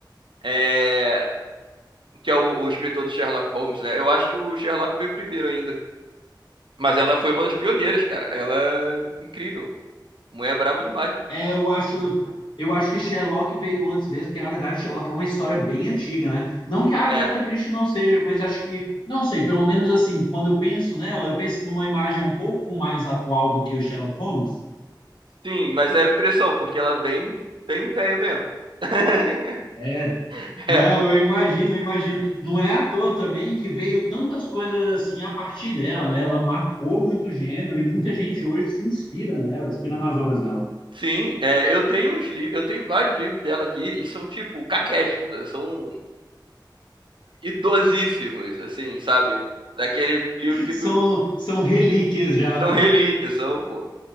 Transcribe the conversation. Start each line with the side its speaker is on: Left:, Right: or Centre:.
Right: É, que é o, o escritor do Sherlock Holmes, né? Eu acho que o Sherlock veio primeiro ainda. Mas ela foi uma das pioneiras, cara. Ela é incrível. Mulher é braba demais.
Left: É, eu acho, eu acho que Sherlock veio antes mesmo, porque na verdade Sherlock é uma história bem antiga, né? Não que a Agatha
Right: É,
Left: Christie não seja, mas acho que, não sei, pelo menos assim, quando eu penso nela, eu penso numa imagem um pouco mais atual do que o Sherlock Holmes.
Right: sim, mas é a impressão, porque ela é bem, bem velha mesmo. <laughs>
Left: É, não,
Right: É,
Left: eu imagino, eu imagino. Não é à toa também que veio tantas coisas assim a partir dela, né? Ela marcou muito o gênero e muita gente hoje se inspira nela, inspira nas obras dela.
Right: sim, é, eu tenho uns li- eu tenho vários livros dela aqui e são tipo caquéticos, né? são idosíssimos, assim, sabe? Daquele livro que
Left: São,
Right: tu
Left: são relíquias já,
Right: são
Left: né?
Right: relíquias, são, pô.